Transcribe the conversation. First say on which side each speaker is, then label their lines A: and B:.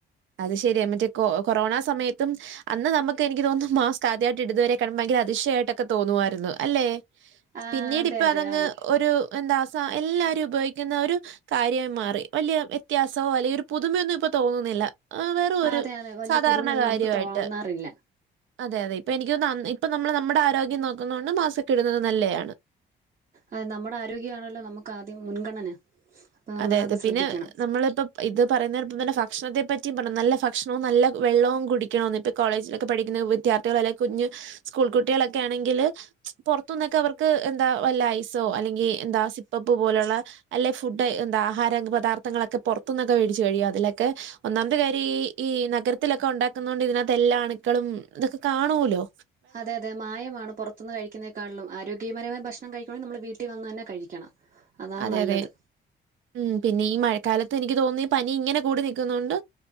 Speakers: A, on the right (about 75°); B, on the right (about 40°).
A: അത് ശെരിയാ മറ്റേ കൊ കൊറോണ സമയത്തും അന്ന് നമുക്ക് എനിയ്ക്ക് തോന്നുന്നു മാസ്ക് ആദ്യായിട്ട് ഇടുതുവരെകാണുമ്പം ഭയങ്കര അതിശയായ്ട്ടൊക്കെ തോന്നുവായിരുന്നു അല്ലെ
B: ആ
A: പിന്നീടിപ്പൊ
B: അതെ അതെ
A: അതങ്ങ്
B: ആണ്
A: ഒരു എന്താ സാ എല്ലാരും ഉപയോഗിക്കുന്ന ഒരു കാര്യായി മാറി വലിയ വ്യത്യാസോ അല്ലെങ്കി ഒരു പുതുമയൊന്നും ഇപ്പൊ തോന്നുന്നില്ല ആഹ് വെറു
B: ആ
A: ഒരു
B: അതെ അതെ വലിയ
A: സാധാരണ
B: പുതുമയൊന്നും
A: കാര്യായിട്ട്
B: നമുക്ക് തോന്നാറില്ല
A: അതെ യതെ ഇപ്പൊ എനിയ്ക്ക് തോന്നുന്നു അ ഇപ്പം നമ്മൾ നമ്മടെ ആരോഗ്യം നോക്കുന്നോണ്ടും മാസ്‌ക്കൊക്കെടുന്നത് നല്ലെയാണ്.
B: ആഹ് നമ്മുടെ ആരോഗ്യ ആണല്ലോ നമുക്ക് ആദ്യം മുൻഗണന അപ്പം നമ്മളത്
A: അതെ അതെ
B: ശ്രദ്ധിക്കണം
A: പിന്നെ നമ്മളിപ്പം ഇത് പറയുന്നേനൊപ്പം തന്നെ ഫക്ഷണത്തെ പറ്റിയും പറയണം. നല്ല ഫക്ഷണവും നല്ല വെള്ളവും കുടിയ്ക്കണോന്ന് പ്പ കോളേജിലൊക്കെ പഠിക്കുന്ന വിദ്യാർത്ഥികൾ അല്ലെങ്ക കുഞ്ഞു സ്കൂൾ കുട്ടികളൊക്കെ ആണെങ്കില് പുറത്ത നിന്നൊക്കെ അവർക്ക് എന്താ വല്ല ഐസോ അല്ലെങ്കി എന്താ സിപ്പപ്പ് പോലെയുള്ള അല്ല ഫുഡ് എന്താ ആഹാര പദാർത്ഥങ്ങളൊക്കെ പുറത്തുന്നൊക്കെ മേടിച്ചു കഴിയും അതിലൊക്കെ ഒന്നാമത്തെ കാര്യം ഈ ഈ നഗരത്തിലൊക്കെ ഉണ്ടാക്കുന്നതൊണ്ട് ഇതിനകത്ത് എല്ലാ അണുക്കളും ഇതൊക്കെ കാണൂലോ
B: അതെ അതെ മായമാണ് പുറത്ത് പുരത്തന്ന് കഴിക്കുന്നതിനക്കാലും ആരോഗ്യപരമായ ഭക്ഷണം കഴിക്കണെകി നമ്മൾ വീട്ടിൽ വന്ന് തന്നെ കഴിക്കണം അതാണ്
A: അതെ
B: നല്ലത്
A: അതെ ഉം പിന്നെ ഈ മഴക്കാലത്ത് എനിക്ക് തോന്നി പനി ഇങ്ങനെ കൂടി നിൽക്കുനോണ്ട്